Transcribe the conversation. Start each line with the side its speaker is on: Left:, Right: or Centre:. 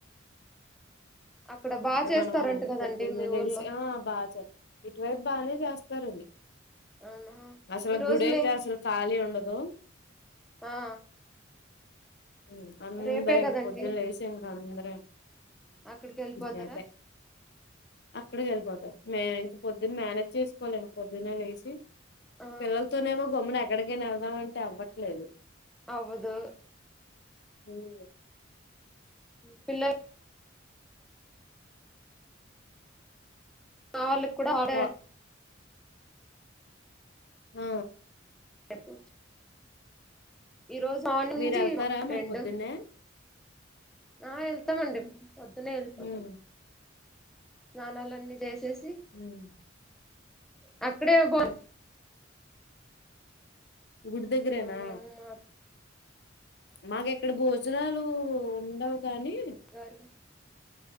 Centre: అక్కడ బాగా
Left: అంటే
Centre: చేస్తారంట
Left: మనం
Centre: కదండి
Left: పొద్దున్న
Centre: మీ
Left: లేసి
Centre: ఊర్లో
Left: ఆ బాగా ఇటువైపు బాగానే చేస్తాం స్తా రండి
Centre: అవునా
Left: అసలు
Centre: ఈ రోజు
Left: గుడి అయితే
Centre: మే
Left: అసలు ఖాళీ ఉండదు
Centre: ఆ
Left: హ్మ్ అందరం
Centre: రేపే
Left: ఇంక
Centre: కదండి
Left: పొద్దున్ లెగ్స్ ఇంక అందరు హ్మ్
Centre: అక్కడికి వెళ్ళిపోత్
Left: అయ్పోయి అక్కడికి వెళ్ళిపోతారు మే ఇంత పొద్దున్న మేనేజ్ చేసుకోలేం పొద్దున్నే లెగ్సి
Centre: ఆ
Left: పిల్లల్తోనే ఏమో గమ్మునే ఏక్కడికైన వెళ్దామ్ అంటే అవ్వట్లేదు
Centre: అవ్వదు
Left: హ్మ్
Centre: పిల్లల్ మావాళ్లి ఇప్ కూడా ఆడే
Left: వా ఆ
Centre: <unintelligible> మార్నింగ్
Left: మీరు
Centre: నుంచి
Left: వెళ్తారా
Centre: మా ఫ్రెండ్
Left: మరి పొద్దున్నే
Centre: ఆ వెళ్తామండి పొద్దునే వెళ్ళిపోతాం
Left: ఉమ్
Centre: స్నానాలన్నీ చేసేసి
Left: హ్మ్
Centre: అ ఇప్పుడే బోన్
Left: గుడి దగ్గరేనా
Centre: మేము మా అత్త
Left: మాకెక్కడ భోజనాలు ఉండవ్ కానీ
Centre: గారు